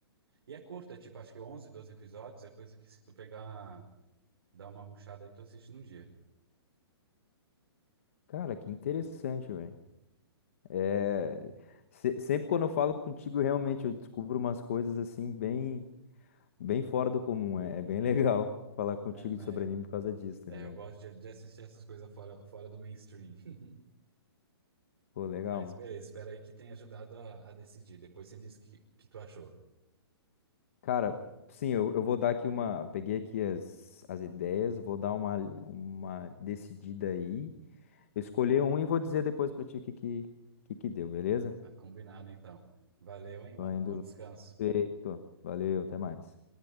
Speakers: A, on the right (about 65°); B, on the left (about 30°).
A: E é curta, tipo, acho que 11, 12 episódios, é coisa que se tu pegar, dar uma rushada aí, tu assiste num dia.
B: Cara, que interessante, velho. É... se- sempre quando eu falo contigo, realmente eu descubro umas coisas assim, bem, bem fora do comum. É, é bem legal <laughs> falar
A: Ah,
B: contigo
A: é, né?
B: de sobre anime por causa disso, tá
A: É,
B: ligado?
A: eu gosto de, de assistir essas coisas fora, fora do mainstream. <laughs>
B: Pô, legal,
A: Mas
B: mano.
A: beleza, espero aí que tenha ajudado a, a decidir. Depois você diz o que, que tu achou.
B: Cara, sim, eu, eu vou dar aqui uma. Peguei aqui as, as ideias, vou dar uma, uma decidida aí. Eu escolhi um e vou dizer depois pra ti o que, que, que que deu, beleza?
A: Tá combinado, então. Valeu, hein, mano.
B: Tô indo
A: Bom descanso.
B: Feito. Valeu, até mais.